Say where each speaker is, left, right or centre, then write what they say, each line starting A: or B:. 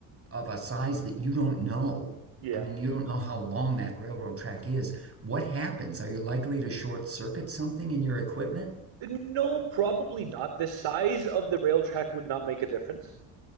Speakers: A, on the right; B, on the right.
A: of a size that you don't know,
B: Yeah.
A: I mean, you don't know how long that railroad track is, what happens? Are you likely to short circuit something in your equipment?
B: No, probably not. The size of the rail track would not make a difference.